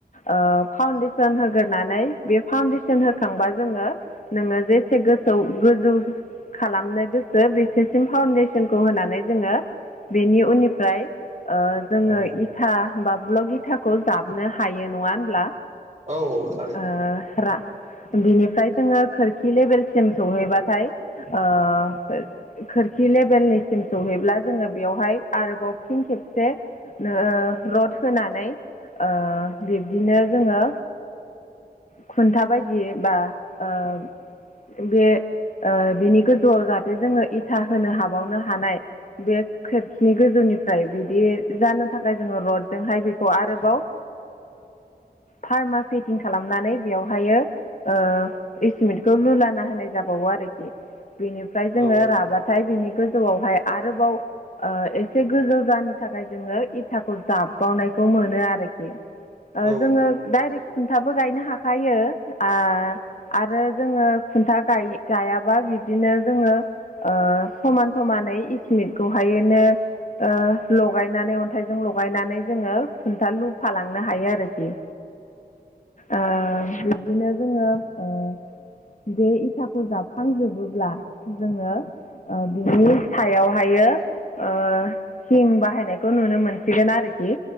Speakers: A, on the left (about 50°); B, on the right (about 45°).
A: ओ फाउन्डेसन होग्रोनानै बे फाउन्डेसन होखांबा जोङो नोङो जेसे गोसो गोजौ खालामनो गोसो बेसेसिम फाउन्डेसनखौ होनानै जोङो बेनि उननिफ्राय ओ जोङो
B: औ
A: इथा बा ब्लग इथाखौ जाबनो हायो नङा होनब्ला
B: औ औ थारैनो
A: ओ रा बिनिफ्राय जोङो खोरखि लेभेलसिम सौहैबाथाय ओ खोरखि लेभेलनिसिम सौहैब्ला जोङो बेवहाय आरोबाव फिन खेबसे ओ रड होनानै ओ बिब्दिनो जोङो खुन्था बादि बा ओ बे ओ बिनि गोजौआव जाहाथे जोङो इथा होनो हाबावनो हानाय बे खेरखिनि गोजौनिफ्राय आमफ्राय बिदि जानो थाखाय जोङो रडजोंहाय बेखौ आरोबाव फार्मा फटिं खालामनानै बेवहायो ओ इसमिटखौ लुलाना होनाय जाबावो आरोखि बेनिफ्राय जोङो
B: औ
A: राबाथाय बिनि गोजौआवहाय आरोबाव ओ एसे गोजौ जानो थाखाय जोङो इथाखौ जाबबावनायखौ मोनो आरोखि ओ
B: औ
A: जोङो डाइरेक्ट खुन्थाबो गायनो हाखायो ओ आरो जोङो खुन्था गाय गायाबा बिब्दिनो जोङो ओ समान समानै इसमिटखौहायनो ओ लगायनानै अन्थाइजों लगायनानै जोङो खुन्था लुफालांनो हायो आरोखि
B: <inaudible>
A: ओ बिब्दिनो जोङो ओ बे इथाखौ जाबखांजोबोब्ला जोङो ओ बिनि सायावहायो ओ थिं बाहायनायखौ नुनो मोनसिगोन आरोखि